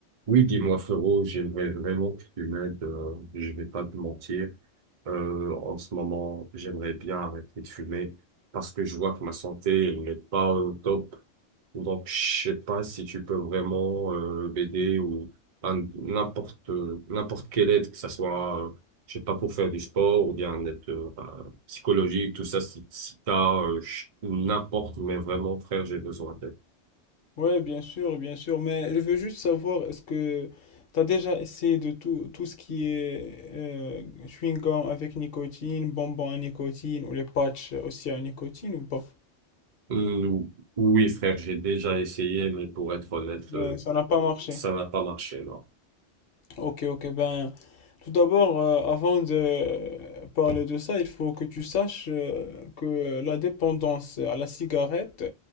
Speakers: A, on the right; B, on the left.
A: Oui, dis-moi frérot, j'aimerais vraiment que tu m'aides, euh, je vais pas te mentir. Euh, en ce moment, j'aimerais bien arrêter de fumer parce que je vois que ma santé elle n'est pas euh, au top. Donc, je sais pas si tu peux vraiment euh, m'aider ou un- n'importe n'importe quelle aide, que ça soit, euh, je sais pas, pour faire du sport ou bien une aide euh, bah, psychologique, tout ça, si, si t'as euh, ch- n'importe, mais vraiment frère, j'ai besoin d'aide.
B: Ouais, bien sûr, bien sûr, mais je veux juste savoir, est-ce que tu as déjà essayé de tout, tout ce qui est euh, chewing-gum avec nicotine, bonbons à nicotine ou les patchs aussi à nicotine ou pas?
A: Euh, oui, frère, j'ai déjà essayé, mais pour être honnête,
B: Mais
A: euh,
B: ça n'a pas marché.
A: ça n'a pas marché, non.
B: Ok, ok, ben, tout d'abord, euh, avant de parler de ça, il faut que tu saches euh, que la dépendance à la cigarette,